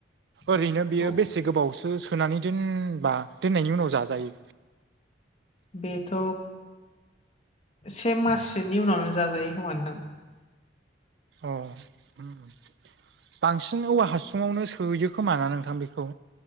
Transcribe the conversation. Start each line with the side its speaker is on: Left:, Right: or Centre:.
Right: ओरैनो
Left: औ
Right: बेयो
Left: औ
Right: बेसे गोबावसो सो सोनानै दोनबा दोननायनि उनाव जाजायो?
Left: बेथ' से माससोनि उनावनो जाजायो खोमा नोंथां
Right: अ बांसिन औवा हासुङावनो सोयो खोमा ना नोंथां बेखौ?